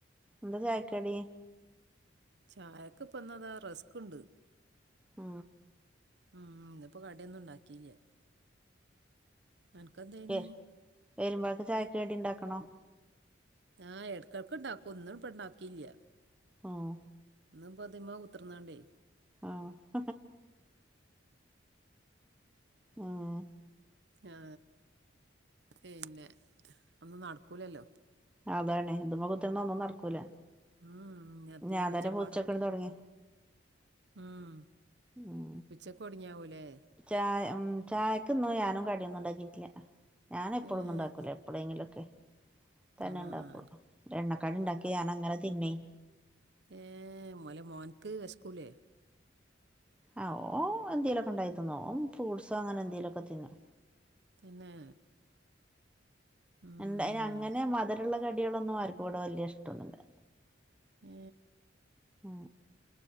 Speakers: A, in the centre; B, on the right.
A: എന്താ ചായക്കടി
B: ചായക്ക് പന്നതാ റിസ്ക്ുണ്ട്
A: ആ
B: ഉം ഇതിപ്പോ കടയൊന്നും ഉണ്ടാക്കിയില്ല അനക്കെന്തേനി
A: ഉ വരുമ്പക്ക് ചായക്കേടി ഉണ്ടാക്കണോ
B: ആഹ് ഇടക്കടക്ക ഇണ്ടാക്കും ഒന്നും ഇപ്പ ഇണ്ടാക്കിയില്ല
A: ആഹ
B: അ പതിമ കുത്തിർന്നാണ്ടേ
A: ആഹ ഉം
B: ആ പിന്നെ ഒന്നും നടക്കൂലല്ലോ
A: അതാണ്ഇത് മ്മെകുത്തറ്ന്ന ഒന്നും നടക്കൂല
B: ഉം ഇഞ്ഞത്തിന്റിം
A: ഞാൻ
B: ഒച്ചപ്പാടും
A: തന്നെ പൂക്കച്ചടം തൊട്ങ്ങി
B: ഉം
A: മം
B: ഉച്ചക്ക് ഒടിങ്ങിയാവൂലേ
A: ചായ മ് ചായക്കൊന്നും ഞാനും കടിയൊന്നും ണ്ടാക്കിട്ടില്ല ഞാൻ എപ്പോളൊന്നും
B: ഏഹ്
A: ണ്ടാക്കൂല എപ്പോളെങ്കിലും ഒക്കെ തന്നെ
B: ആഹ്
A: ഇണ്ടാക്കുള്ളു എണ്ണക്കാടി ഉണ്ടാക്കി ഞാൻ അങ്ങനെ തിന്നേ
B: ഏ മുല മോൻക്ക് വേഷ്കൂലെ
A: ആ ഓ എന്തേലും ഒക്കെ ണ്ടാക്കി തിന്നോ ഓ ഫ്രൂട്സോ അങ്ങനെ എന്തേലുംക്കെ തിന്നും
B: തന്നെ ഉം.
A: എന്ത അങ്ങനെ മധുരള്ള കടികളൊന്നും ആർക്കും ഇവിടെ വല്യ ഇഷ്ടൊന്നുല്ല
B: ഏ
A: മ്